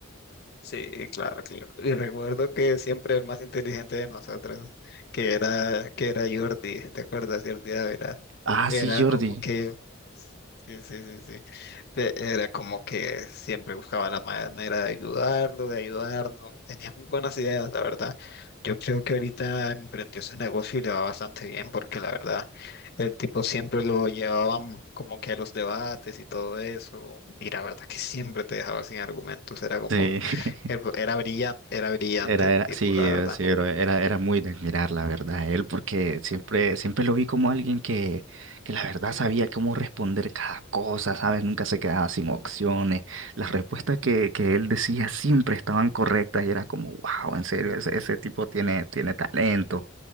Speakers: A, on the left; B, on the right.
A: Sí, claro, claro. Y recuerdo que siempre el más inteligente de nosotros, que era, que era Jordi, ¿te acuerdas? Jordi Ávila.
B: Ah,
A: Era
B: sí, Jordi.
A: como que, sí, sí, sí, sí. Te- Era como que siempre buscaba la manera de ayudarlo, de ayudarnos. Tenía muy buenas ideas, la verdad. Yo creo que ahorita emprendió su negocio y le va bastante bien, porque la verdad, el tipo siempre lo llevábamos como que a los debates y todo eso. Y la verdad que siempre te dejaba sin argumentos. Era como
B: Sí. <laughs>
A: era era brillante, era brillante
B: Era,
A: el
B: era,
A: tipo,
B: sí,
A: la
B: eh,
A: verdad.
B: sí, pero era, era muy de admirar, la verdad, él, porque siempre, siempre lo vi como alguien que, que la verdad sabía cómo responder cada cosa, ¿sabes? Nunca se quedaba sin opciones. Las respuestas que, que él decía siempre estaban correctas y era como, wow, en serio, ese, ese tipo tiene, tiene talento.